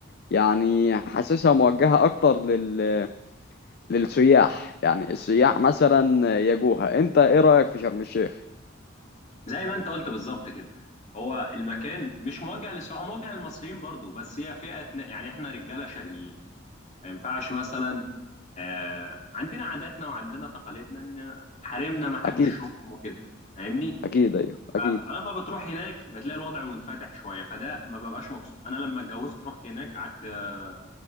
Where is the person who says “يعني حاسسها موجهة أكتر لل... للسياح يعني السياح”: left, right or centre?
Left